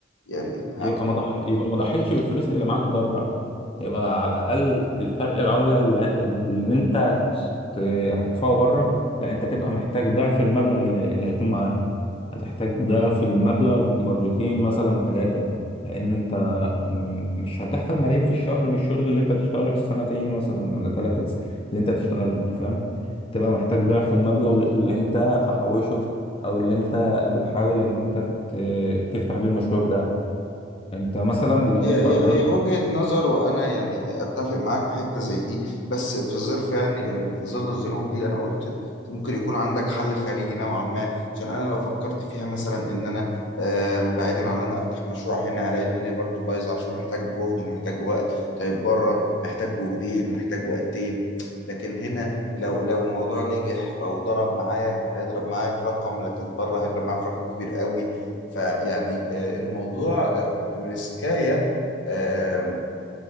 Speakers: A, on the left; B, on the left.
A: يعني
B: يبقى ما ضح يبقى ما ضحيتش بالفلوس اللي معاك بره يبقى على الاقل الفرق العمله اللي, اللي انت هت- هتدفعه بره لا انت تبقى محتاج ضعف المبلغ اللي, اللي هيكون معاك هتحتاج ضعف المبلغ مرتين مثلا ثلاثه لان انت م- مش هتدخل ملايين في الشهر من الشغل اللي انت هتشتغله في السنتين مثلا ولا ثلاثه اللي انت هتشتغلهم انت فاهم تبقى محتاج ضعف المبلغ اللي انت محوشه او اللي انت بتحاول ان انت ت- تفتح بيه المشروع بتاعك انت مثلا لو
A: هي
B: انت
A: هي
B: قدرت
A: هي وجهة نظر وانا يعني اتفق معاك في حتة زي دي بس في ظرف يعني ال- في ظل الظروف دي انا قلت أنت ممكن يكون عندك حل خارجي نوعا ما عشان انا لو فكرت فيها مثلا ان انا آم، بعيدا عن ان انا افتح مشروع هنا هلاقي الدنيا برضو بايظة عشان محتاج جهد ومحتاج وقت طيب بره محتاج جهدين ومحتاج وقتين لكن هنا لو لو الموضوع نجح او ضرب معايا فهيضرب معايا في رقم لكن بره هيضرب معايا في رقم كبير قوي فيعني آه، الموضوع الريسكاية آه،